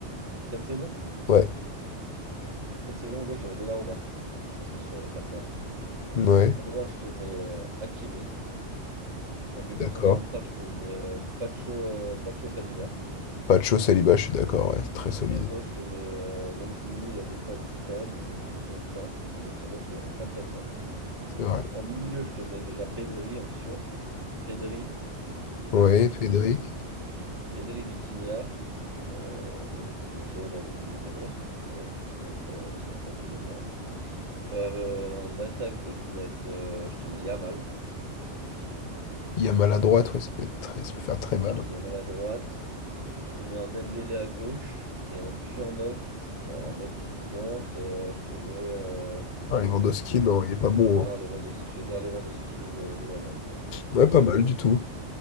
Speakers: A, on the right (about 85°); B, on the left (about 55°).
A: cette saison,
B: Ouais,
A: cette saison, à gauche, je te mets Donnarumma, ça c'est sûr et certain.
B: ouais,
A: À droite, je te mets euh, Hakimi. En
B: je
A: défenseur
B: suis d'accord.
A: central, je te mets euh, Pacho, euh, Pacho Saliba.
B: Pacho, Saliba, je suis d'accord, ouais, c'est très solide.
A: À gauche, je te mets euh, même Nuno, il a des fois des petites périodes, mais c'est le plus constant en défenseur gauche, parce qu'il n'y en a pas tellement.
B: C'est vrai.
A: En milieu, je te mets déjà Pedri en sûr. Pedri,
B: Ouais, Pedri.
A: Pedri Vitinha euh, et João Nave- et João Neves. Voilà, parce que voilà, c'est la forme du moment. Euh, en attaque, je vais te mettre. euh, je te mets Yamal.
B: Il y a mal à droite,
A: Je
B: ouais,
A: te,
B: ça peut être très, ça peut faire très
A: je
B: mal.
A: te mets
B: hein.
A: Yamal à droite. Je te mets un Dembélé à gauche. Et en pur neuf, pour un mec qui plante, euh, je te mets. euh,
B: Ah, Lewandowski,
A: je te,
B: non, il est pas bon.
A: ouais,
B: hein.
A: un Lewandowski. J'allais dire Lewandowski ou, ou Haaland, moi.
B: Ouais,
A: Mais toi?
B: pas mal du tout,